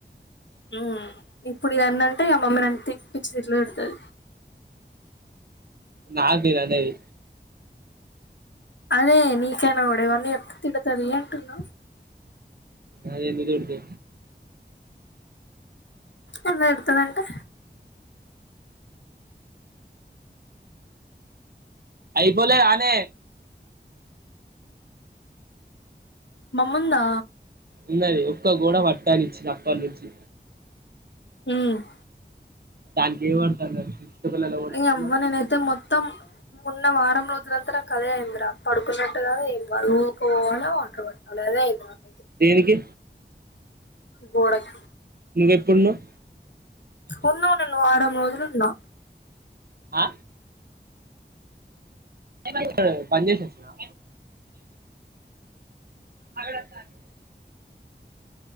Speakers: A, on the left; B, on the right.
A: ఊ ఇప్పుడు ఇగా అన్ని అంటే ఇగా మమ్మీ నన్ను తి పిచ్చి తిట్లు తిడుతది
B: నాకు నేను అనేది
A: అదే నీకు అయినా కూడా ఇవన్నీ చెప్తే తిడతది అంటున్న
B: అదే ఎందుకు తిడుతది
A: ఎందుకు తిడతది అంటే
B: అయిపోలేదా నే
A: మమ్ముందా
B: ఉన్నది ఒక్క గోడ వట్టనిచ్చిన అప్పటి నుంచి
A: మ్మ్ హ్
B: దానికి ఏమంటంది అది చెపు కళలు కంటందా
A: ఇంగ అవ్వ
B: మరి
A: నేనైతే మొత్తం ఉన్న వారం రోజులంతా నాకు అదే అయిందిరా పడుకున్నట్టుగాదు ఏం కాదు ఊరికిపోవాలా వాటర్ పట్టాల అదే ఉంది నాకు
B: దేనికి
A: గోడ కి
B: నువ్వెప్పుడు ఉన్నావ్
A: ఉండుడు నువ్వు వారం రోజులు నో
B: ఆ ఇప్పుడు బంద్ చేసి వచ్చినవా అగడాత్తంది